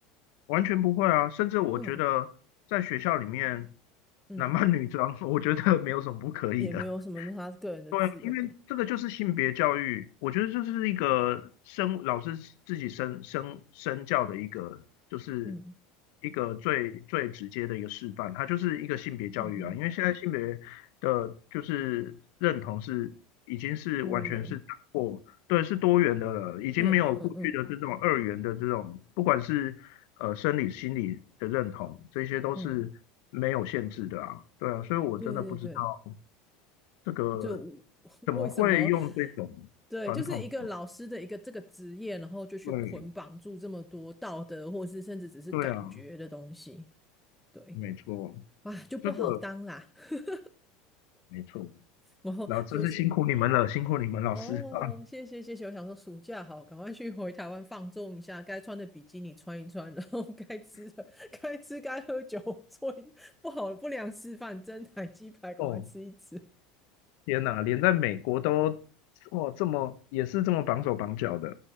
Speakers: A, on the left; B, in the centre.
A: 完全不会啊，甚至我觉得在学校里面
B: 嗯嗯，
A: 男扮女装，<laughs> 我觉得没有什么不可以的。
B: 也没有什么他个人的自由
A: 对啊，因为这个就是性别教育，我觉得就是一个身老师自己身身身教的一个，就是
B: 嗯
A: 一个最最直接的一个示范，它就是一个性别教育啊。
B: 嗯哼，
A: 因为现在性别的就是认同是已经是完全是打破，
B: 多元，
A: 对，是多元的了，已经没有过去的这种二元的这种，
B: 嗯嗯嗯嗯
A: 不管是呃生理、心理的认同，这些都是没有限制的啊。
B: 嗯，
A: 对啊，所以我真的不知道。
B: 对对对，
A: 这个
B: 就 <laughs>
A: 怎么会用这种传统的
B: 为什么？对，就是一个老师的一个这个职业，然后就去捆绑住这么多道德，
A: 对
B: 或是甚至只是感觉的东西，
A: 对啊，
B: 对，
A: 没错，
B: 啊，就不好当啦。
A: 这个
B: <laughs>
A: 没错。
B: 然后就是
A: 老真是辛苦你们了，辛苦你们老师啊！
B: 哦，谢谢谢谢，我想说暑假好，赶快去回台湾放纵一下，该穿的比基尼穿一穿，然后该吃的该吃该喝酒，做一不好的不良示范，蒸奶鸡排赶快吃一吃。
A: 哦，天哪，连在美国都哇这么也是这么绑手绑脚的。